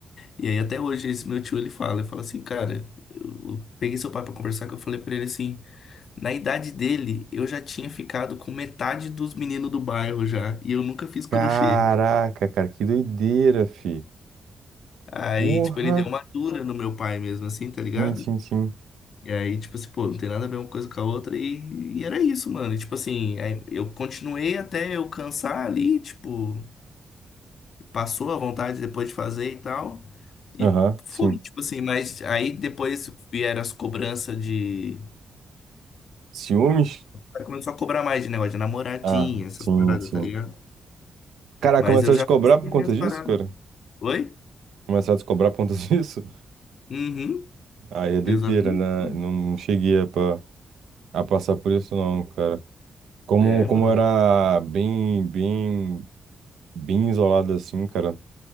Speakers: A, on the left (about 55°); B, on the right (about 85°).
A: E aí até hoje esse meu tio ele fala, ele fala assim, cara, eu peguei seu pai pra conversar, que eu falei pra ele assim, na idade dele eu já tinha ficado com metade dos meninos do bairro já, e eu nunca fiz crochê.
B: Caraca, cara, que doideira, fi.
A: Aí,
B: Porra.
A: tipo, ele deu uma dura no meu pai mesmo assim, tá ligado?
B: Sim, sim, sim.
A: E aí, tipo assim, pô, não tem nada a ver uma coisa com a outra. E, e era isso, mano. E, tipo assim, aí eu continuei até eu cansar ali, tipo, passou a vontade depois de fazer e tal. E
B: Aham,
A: foi,
B: sim.
A: tipo assim, mas aí depois vieram as cobranças de.
B: Ciúmes?
A: Aí começou a cobrar mais de negócio de namoradinha,
B: Ah,
A: essas
B: sim,
A: paradas,
B: sim.
A: tá ligado?
B: Cara,
A: Mas
B: começaram
A: eu já
B: a te cobrar
A: consegui
B: por conta
A: minhas
B: disso,
A: paradas.
B: cara?
A: Oi?
B: Começaram a te cobrar por conta <laughs> disso?
A: Uhum,
B: Aí é doideira,
A: exatamente.
B: né?
A: mano.
B: Não, não cheguei a, pa- a passar por isso, não, cara. Como,
A: É,
B: como
A: mano,
B: eu era bem, bem, bem isolado assim, cara.